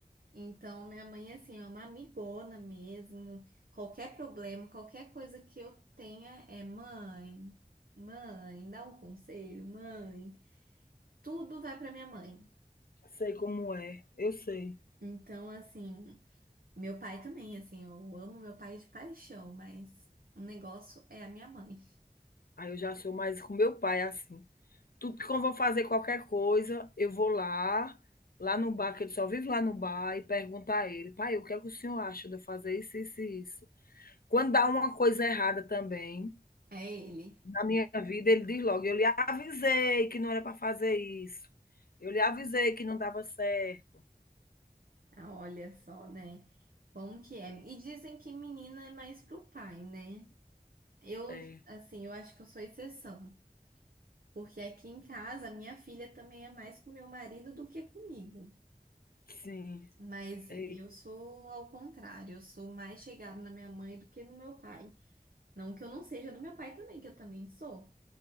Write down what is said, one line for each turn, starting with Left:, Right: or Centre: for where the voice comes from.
Right: Então, minha mãe, assim, é uma amigona mesmo. Qualquer problema, qualquer coisa que eu tenha é mãe, mãe, dá um conselho, mãe. Tudo vai pra minha mãe.
Left: Sei como é, eu sei.
Right: Então, assim, meu pai também, assim, eu amo meu pai de paixão, mas o negócio é a minha mãe.
Left: Aí eu já sou mais com meu pai assim. Tudo que eu vou fazer qualquer coisa, eu vou lá, lá no bar, que ele só vive lá no bar, e pergunto a ele: pai, o que é que o senhor acha de eu fazer isso, isso e isso? Quando dá uma coisa errada também,
Right: É ele.
Left: na minha vida, ele diz logo: eu lhe avisei que não era para fazer isso, eu lhe avisei que não dava certo.
Right: Ah, olha só, né? Como que é? E dizem que menina é mais pro pai, né? Eu,
Left: É.
Right: assim, eu acho que eu sou exceção. Porque aqui em casa, a minha filha também é mais com meu marido do que comigo.
Left: Sim.
Right: Mas
Left: Eita.
Right: eu sou ao contrário, eu sou mais chegada na minha mãe do que no meu pai. Não que eu não seja do meu pai também, que eu também sou.